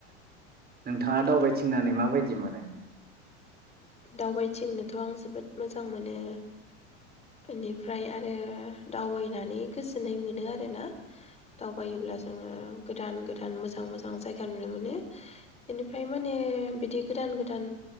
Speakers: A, on the right (about 25°); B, on the left (about 20°).
A: नोंथाङा दावबायथिननानै माबायदि मोनो।
B: दावबायथिंनोथ' आं जोबोद मोजां मोनो ओनिफ्राय आरो दावबायनानै गोजोननाय मोनो आरोना दावबायोब्ला जोङो गोदान गोदान मोजां मोजां जायगा नुनो मोनो बेनिफ्राय माने बिदि गोदान गोदान